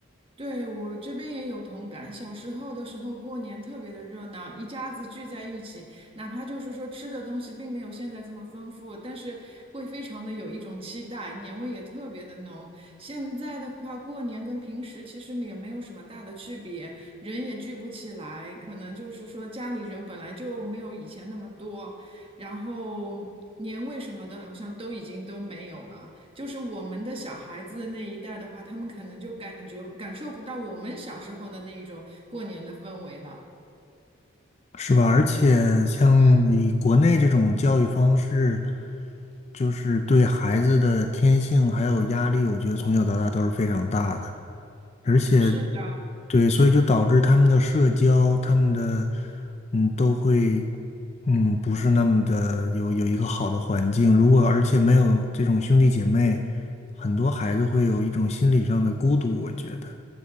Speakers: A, on the right; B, on the left.
A: 对，我这边也有同感。小时候的时候，过年特别的热闹，一家子聚在一起，哪怕就是说吃的东西并没有现在这么丰富，但是会非常的有一种期待，年味也特别的浓。现在的话，过年跟平时其实也没有什么大的区别，人也聚不起来，可能就是说家里人本来就没有以前那么多，然后年味什么的，好像都已经都没有了。就是我们的小孩子那一代的话，他们可能就感觉感受不到我们小时候的那一种过年的氛围了。
B: 是吧？而且像你国内这种教育方式，
A: 对，
B: 就是对孩子的天性还有压力，我觉得从小到大都是非常大的。而且，
A: 是的，
B: 对，所以就导致他们的社交，他们的嗯都会嗯不是那么的有有一个好的环境。如果而且没有这种兄弟姐妹，
A: 嗯。
B: 很多孩子会有一种心理上的孤独，我觉得。